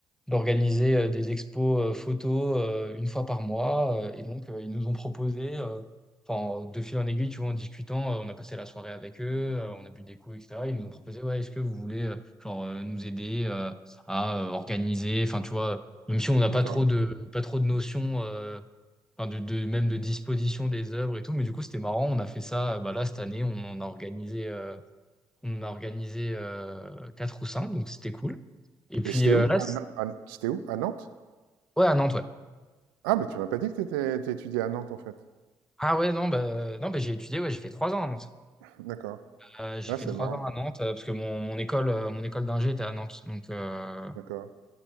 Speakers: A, in the centre; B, on the right.
A: d'organiser euh, des expos euh, photos euh, une fois par mois. euh, et donc, euh, ils nous ont proposé, euh, enfin, de fil en aiguille, tu vois, en discutant, euh, on a passé la soirée avec eux, euh, on a bu des coups, etc. Ils nous ont proposé, ouais, est-ce que vous voulez euh, genre, euh, nous aider euh, à euh, organiser, enfin, tu vois, même si on n'a
B: d'accord.
A: pas trop de, pas trop de notions. euh, enfin de, de même de disposition des œuvres et tout. Mais du coup, c'était marrant. On a fait ça. euh, Bah là, cette année, on en a organisé, euh, on en a organisé euh, quatre ou cinq, donc c'était cool. Et puis
B: Et c'était
A: euh,
B: où?
A: là,
B: À
A: c'est-
B: Na- à- c'était où? À Nantes?
A: ouais, à Nantes, ouais.
B: Ah, mais tu m'as pas dit que t'étais, t'étudiais à Nantes, en fait.
A: Ah ouais, non, bah, non, bah, j'ai étudié. Ouais, j'ai fait trois ans à Nantes.
B: D'accord.
A: Euh, j'ai
B: Là,
A: fait
B: c'est
A: trois
B: marrant.
A: ans à Nantes euh, parce que mon, mon école, euh, mon école d'ingé était à Nantes. Donc, euh,
B: D'accord.